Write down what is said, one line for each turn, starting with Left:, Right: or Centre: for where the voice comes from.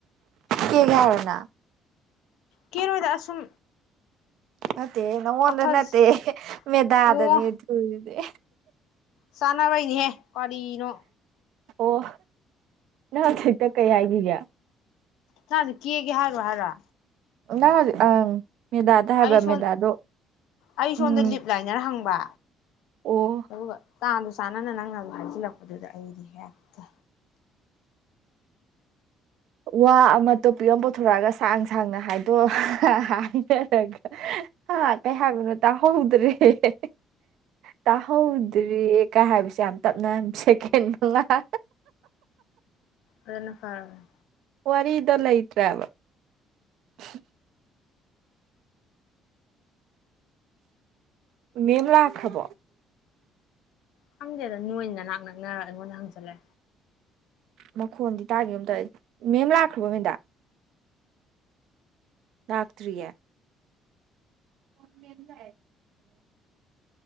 Right: ꯀꯦꯒꯦ ꯍꯥꯏꯔꯣ ꯅꯪ
Left: ꯀꯦꯔꯣꯏꯗ ꯑꯁꯨꯝ
Right: ꯅꯠꯇꯦꯍꯦ ꯅꯉꯣꯟꯗ
Left: ꯋꯥꯈꯜꯁꯦ
Right: ꯅꯠꯇꯦ ꯃꯦꯗꯥꯗꯅꯤ
Left: ꯑꯣ
Right: ꯎꯏꯊꯨ ꯁꯤꯗꯤ
Left: ꯆꯥꯅꯕꯩꯅꯤꯍꯦ ꯀꯔꯤꯅꯣ
Right: ꯑꯣ ꯅꯪ ꯍꯨꯖꯤꯛꯇꯪ ꯀꯩ ꯍꯥꯏꯒꯥꯒꯦ
Left: ꯖꯥꯡꯁꯨ ꯀꯦꯒꯦ ꯍꯥꯏꯔꯣꯢ ꯍꯥꯏꯔꯣ
Right: ꯅꯪ ꯍꯨꯖꯤꯛ ꯑꯪ ꯃꯦꯗꯥꯗ ꯍꯥꯏꯕ
Left: ꯑꯩ
Right: ꯃꯦꯗꯥꯗꯣ
Left: ꯁꯣꯟ ꯑꯩ
Right: ꯎꯝ
Left: ꯁꯣꯝꯗ ꯂꯤꯞ ꯂꯥꯏꯅꯔ ꯍꯪꯕ
Right: ꯑꯣ
Left: ꯑꯗꯨꯒ ꯇꯥꯟꯗꯨ ꯆꯥꯟꯅꯅ ꯅꯪꯅꯁꯨ ꯍꯥꯏꯖꯤꯜꯂꯛꯄꯗꯨꯗ ꯑꯩꯗꯤ ꯍꯦꯛꯇ
Right: ꯋꯥ ꯑꯃ ꯇꯣꯞꯄꯤꯛ ꯑꯃ ꯄꯨꯊꯣꯔꯛꯑꯒ ꯁꯥꯡ ꯁꯥꯡꯅ ꯍꯥꯏꯗꯣꯛꯑꯣ ꯍꯥꯏꯅꯔꯒ ꯍꯥ ꯀꯩ ꯍꯥꯏꯕꯅꯣ ꯇꯥꯍꯧꯗ꯭ꯔꯦ ꯍꯦ ꯍꯦ ꯇꯥꯍꯧꯗ꯭ꯔꯦ ꯀꯥ ꯍꯥꯏꯕꯁꯦ ꯌꯥꯝ ꯇꯞꯅ ꯁꯦꯀꯦꯟ ꯃꯉꯥ
Left: ꯑꯗꯨꯅ ꯐꯥꯔꯕꯅꯦ
Right: ꯋꯥꯔꯤꯗꯣ ꯂꯩꯇ꯭ꯔꯦꯕ <inaudible> ꯃꯦꯝ ꯂꯥꯛꯈ꯭ꯔꯕꯣ
Left: ꯈꯪꯗꯦꯗ ꯅꯣꯏ ꯅꯅꯥꯛ ꯅꯛꯅꯔ ꯑꯩꯉꯣꯟꯗ ꯍꯪꯖꯜꯂꯦ
Right: ꯃꯈꯣꯟꯗꯤ ꯇꯥꯒꯤꯒꯨꯝ ꯇꯧꯏ ꯃꯦꯝ ꯂꯥꯛꯈ꯭ꯔꯕꯣ ꯃꯦꯗꯥ ꯂꯥꯛꯇ꯭ꯔꯤꯌꯦ ꯑꯣ ꯃꯦꯝ ꯂꯥꯛꯑꯦ